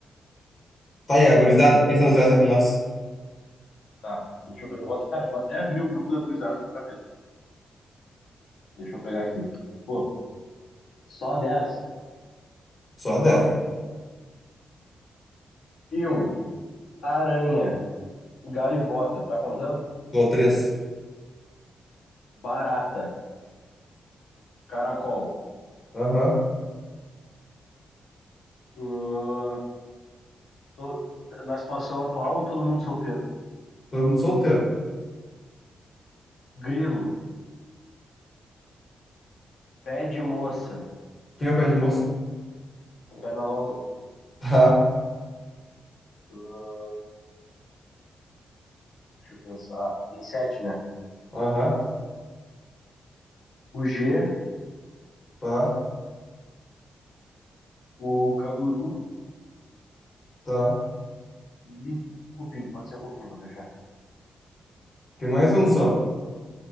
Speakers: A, on the left; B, on the left.
A: Tá aí, a gurizada. Quem são os 10 aí com nós?
B: Tá, deixa eu pegar. Eu vou, cara, eu vou até abrir o grupo da gurizada aqui pra ver, tá? Deixa eu pegar aqui. Pô, só dez
A: Só 10.
B: Ó, eu, aranha, gaivota, tá contando?
A: Tô três.
B: Barata, caracol.
A: Aham.
B: Ahn, tô- na situação atual, todo mundo solteiro.
A: Todo mundo solteiro.
B: Grilo, pé de moça,
A: Quem é pé de moça?
B: perna longa.
A: <laughs> Tá.
B: Ahn, deixa eu pensar. Tem sete, né?
A: Aham.
B: O G,
A: Tá.
B: o canguru
A: Tá.
B: e o cupim. Pode ser o cupim para fechar.
A: Tem mais um só.